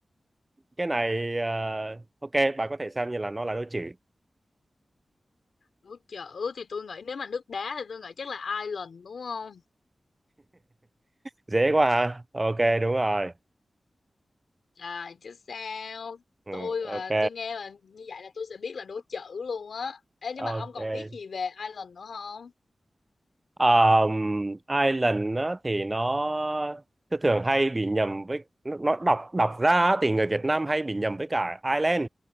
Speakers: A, on the right; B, on the left.
A: cái này ờ, ok bà có thể xem như là nó là đố chữ
B: đố chữ thì tôi nghĩ nếu mà nước đá thì tôi nghĩ chắc là Ireland đúng không
A: dễ quá hả ok đúng rồi
B: Trời chứ sao
A: Ừ,
B: Tôi mà
A: ok
B: tôi nghe là như vậy là tôi sẽ biết là đố chữ luôn á Ê nhưng
A: ok
B: mà ông còn biết gì về Ireland nữa không?
A: Um, Ireland á, thì nó thường thường hay bị nhầm với nó, nó đọc đọc ra á, thì người Việt Nam hay bị nhầm với cả Ireland